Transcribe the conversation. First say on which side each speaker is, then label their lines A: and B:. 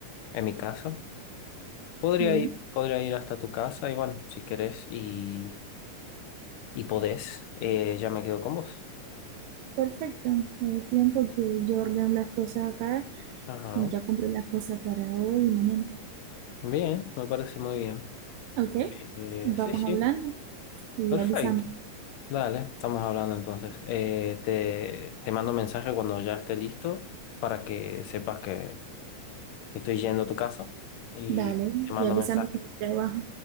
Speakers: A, on the left; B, on the right.
A: en mi casa. Podría
B: Sí,
A: ir, podría ir hasta tu casa y bueno, si querés y, y podés, eh, ya me quedo con vos.
B: perfecto. Es tiempo que yo ordeno las cosas acá
A: Ajá.
B: y ya compro las cosas para hoy y mañana.
A: Bien, me parece muy bien.
B: Ok,
A: Eh,
B: vamos
A: sí, sí,
B: hablando y
A: perfecto.
B: avísame.
A: Dale, estamos hablando entonces. Eh, te, te mando mensaje cuando ya esté listo para que sepas que, que estoy yendo a tu casa y
B: Dale,
A: te mando
B: y avísame
A: mensaje.
B: cuando esté abajo.